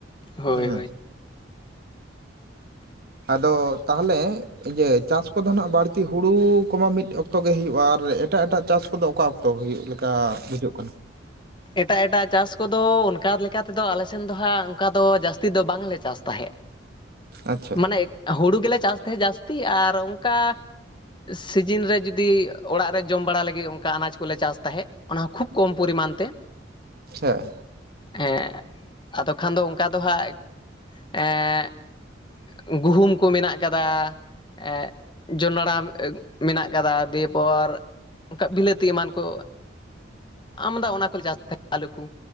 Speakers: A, on the left; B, on the right.
A: ᱦᱳᱭ
B: ᱦᱩᱸ
A: ᱦᱳᱭ <inaudible>
B: ᱟᱫᱚ ᱛᱟᱦᱚᱞᱮ ᱤᱡᱮ ᱪᱟᱥ ᱠᱚᱫᱚ ᱦᱟᱸᱜ ᱵᱟᱹᱲᱛᱤ ᱦᱩᱲᱩ ᱠᱚᱢᱟ ᱢᱤᱫ ᱚᱠᱛᱚ ᱜᱮ ᱦᱩᱭᱩᱜᱼᱟ ᱟᱨ ᱮᱴᱟᱜ ᱮᱴᱟᱜ ᱪᱟᱥ ᱠᱚᱫᱚ ᱚᱠᱟ ᱚᱠᱛᱚ ᱛᱚ ᱦᱩᱭᱩᱜ ᱞᱮᱠᱟ ᱵᱩᱡᱩᱜ ᱠᱟᱱᱟ
A: ᱮᱴᱟᱜ ᱮᱴᱟᱜ ᱪᱟᱥ ᱠᱚᱫᱚ ᱚᱱᱠᱟ ᱞᱮᱠᱟᱛᱮᱫᱚ ᱟᱞᱮ ᱥᱮᱱ ᱫᱚᱦᱟᱸᱜ ᱚᱱᱠᱟ ᱫᱚ ᱡᱟᱹᱥᱛᱤ ᱫᱚ ᱵᱟᱝᱞᱮ ᱪᱟᱥ ᱛᱟᱦᱮᱸᱫ
B: ᱟᱪᱪᱷᱟ
A: ᱢᱟᱱᱮ ᱦᱩᱲᱩ ᱜᱮᱞᱮ ᱪᱟᱥ ᱛᱟᱦᱮᱸᱜ ᱡᱟᱹᱥᱛᱤ ᱟᱨ ᱚᱱᱠᱟ ᱥᱤᱡᱤᱱ ᱨᱮ ᱡᱩᱫᱤ ᱚᱲᱟᱜ ᱨᱮ ᱡᱚᱢ ᱵᱟᱲᱟ ᱞᱟᱹᱜᱤᱫ ᱚᱱᱠᱟ ᱟᱱᱟᱡ ᱠᱚ ᱠᱚᱞᱮ ᱪᱟᱥ ᱛᱟᱦᱮᱸᱫ ᱚᱱᱟ ᱦᱚᱸ ᱠᱷᱩᱵ ᱠᱚᱢ ᱯᱚᱨᱤᱢᱟᱱ ᱛᱮ
B: ᱪᱷᱟ
A: ᱦᱮᱸ ᱟᱫᱚ ᱠᱷᱟᱱ ᱫᱚ ᱚᱱᱠᱟ ᱫᱚ ᱦᱟᱸᱜ <unintelligible> ᱜᱩᱦᱩᱢ ᱠᱚ ᱢᱮᱱᱟᱜ ᱠᱟᱫᱟ ᱮᱜ ᱡᱚᱱᱚᱲᱟ ᱢᱮᱱᱟᱜ ᱟᱠᱟᱫᱟ ᱫᱮᱭ ᱯᱚᱨ ᱚᱱᱠᱟ ᱵᱤᱞᱟᱹᱛᱤ ᱮᱢᱟᱱ ᱠᱚ <inaudible> ᱟᱢᱫᱟ ᱚᱱᱟ ᱠᱚᱞᱮ ᱪᱟᱥ ᱛᱟᱦᱮᱫ ᱟᱞᱩ ᱠᱩ